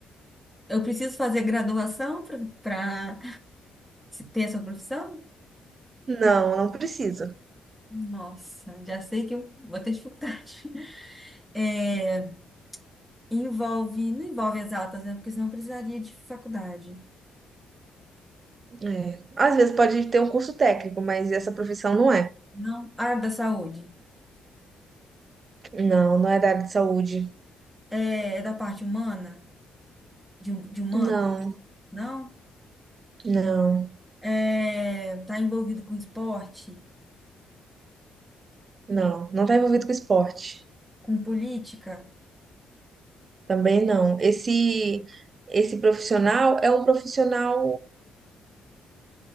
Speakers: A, in the centre; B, on the right (about 40°).
A: eu preciso fazer graduação para ter essa profissão?
B: Não, não precisa.
A: Nossa, já sei que eu vou ter dificuldade. <laughs> É, envolve, não envolve exatas, né? Porque senão eu precisaria de faculdade.
B: É. Às vezes pode ter um curso técnico, mas essa profissão não é.
A: Não. Área da saúde.
B: Não, não é da área de saúde.
A: É, é da parte humana? de, um- de humano,
B: Não,
A: não?
B: não,
A: É, tá envolvido com esporte,
B: não. Não está envolvido com esporte.
A: com política?
B: Também não. Esse, esse profissional é um profissional,